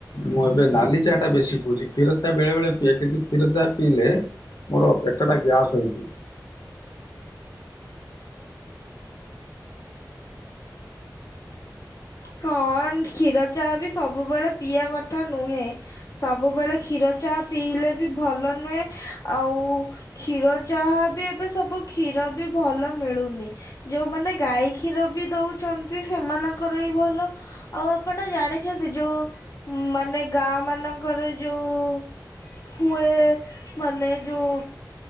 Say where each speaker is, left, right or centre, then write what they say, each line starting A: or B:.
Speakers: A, on the left; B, on the left.
A: ମୁଁ ଏବେ ନାଲି ଚା ଟା ବେଶୀ ପିଉଛି କ୍ଷୀର ଚା ବେଳେ ବଳେ ପିଏ କିନ୍ତୁ କ୍ଷୀର ଚାହା ପିଇଲେ ମୋର ପେଟ ଟା ଗ୍ୟାସ୍ ହଉଛି।
B: ହଁ କ୍ଷୀର ଚାଆ ବି ସବୁବେଳେ ପିଇବା କଥା ନୁହେଁ। ସବୁବେଳେ କ୍ଷୀର ଚାଆ ପିଇଲେ ବି ଭଲ ନୁହେଁ। ଆଉ କ୍ଷୀର ଚାହା ବି ଏବେ ସବୁ କ୍ଷୀର ବି ଭଲ ମିଳୁନି ଯୋଉମାନେ ଗାଈ କ୍ଷୀର ବି ଦଉଛନ୍ତି ସେମାନଙ୍କର ବି ଭଲ। ଆଉ ଆପଣ ଜାଣିଛନ୍ତି ଯୋଉ ମାନେ ଗାଁ ମାନଙ୍କରେ ଯୋଉ ହୁଏ । ମାନେ ଯୋଉ